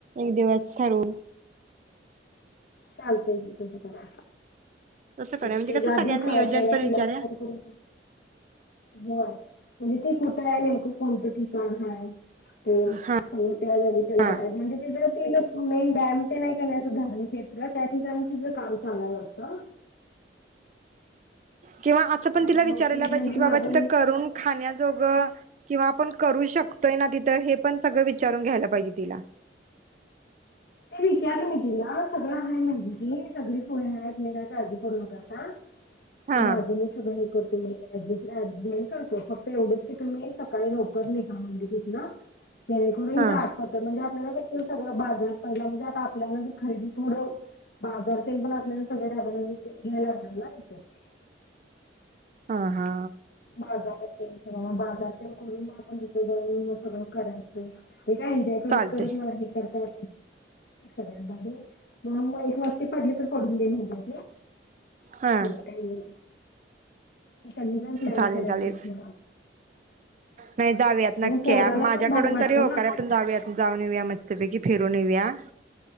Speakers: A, on the right (about 40°); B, on the left (about 60°).
A: एक दिवस ठरू
B: चालतय की तस करायच
A: तसं करूया
B: त्याच्या
A: म्हणजे कसं
B: आधी
A: सगळ्यांना
B: पहिले
A: नियोजन पण
B: तिला
A: विचारूया
B: कॉल करू ह म्हणजे ती कुठ आहे नेमकं कोणतं ठिकाण हाय ते
A: हा
B: सगं तयार झाली त्याला
A: हा
B: बाहेर म्हणजे तिकडे ते मेन डॅम ते नाही का असं धारणशेत त्या ठिकाणी तिचं काम चालुय वाटतं.
A: किंवा असं पण तिला
B: मग
A: विचारायला
B: ती म्हणली
A: पाहिजे कि बाबा
B: माझं
A: तिथं करून खाण्याजोगं किंवा आपण करू शक तोय ना तिथ हे, पण सगळ विच विचारून घ्यायला पाहिजे तिला
B: ते विचारल मी तिला सगळं आहे म्हणली. सगळी सोय आहे. तुम्ही काय काळजी करू नकोसा
A: हा
B: ते माझं मी सगळं मी करते. मी ऍडजेस्टमेंट करतो फक्त एवढेच की तुम्ही सकाळी लवकर निघा म्हणजे तिथन जणेकरून
A: हा
B: आठपातोर म्हणजे सगळं बाजार पहिला म्हणजे आता आपल्यालाी खरेदी थोडं बाजार ते पण आपल्याला सगळे रा घ्यायला लागणार इथच
A: ह हा
B: माझावर म <unintelligible> <unintelligible> म सगळं करायचं <unintelligible> हे काय एन्जॉय करत
A: चालतंय
B: करत मला हे करताय. सगळ्यभारी म्हणून मग‌ एक वस्ती पडली तर पडून देन म्हणताय
A: हा
B: तो. <unintelligible> अचछा <inaudible> प्लॅन
A: चालेल
B: करवतेस
A: चालेल
B: म
A: नाही जाऊयात नक्की
B: पोराला
A: आप माझ्याकडून
B: पण भारी वाटेल
A: तरी होकार
B: ना आपल्या
A: आहे पण जाऊयात जाऊन येऊया मस्तपैकी फिरून येऊया